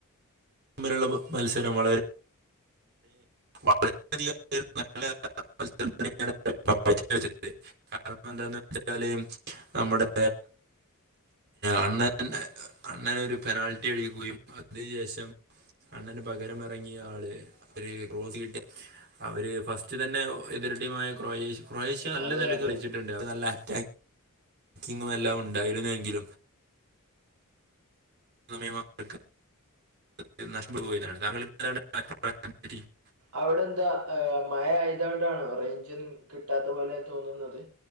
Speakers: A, on the right; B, on the right.
A: തമ്മിലുള്ള മത്സരം വള വളരെയധികം <unintelligible> കാരണം എന്താന്ന് വെച്ചാല് നമ്മുടെ അണ്ണൻ അണ്ണന ഒരു പെനാൽറ്റി അടിക്കുകയും അതിന് ശേഷം അണ്ണന് പകരമിറങ്ങിയ ആള് ഒരു ക്രോസ് കിട്ടിയ അവര് ഫസ്റ്റ് തന്നെ എതിർ ടീമായ ക്രൊയേഷ്യ ക്രൊയേഷ്യ നല്ല
B: അതെ
A: നിലക്ക്
B: അതെ
A: കളിച്ചിട്ടുണ്ട് അത് നല്ല അറ്റാക്കിങ്ങും എല്ലാം ഉണ്ടായിരുന്നെങ്കിലും <unintelligible> <unintelligible>
B: അവിടെ എന്താ മഴ ആയതോണ്ടാണോ റേഞ്ചുന്നും കിട്ടാത്ത പോലെ തോന്നുന്നത്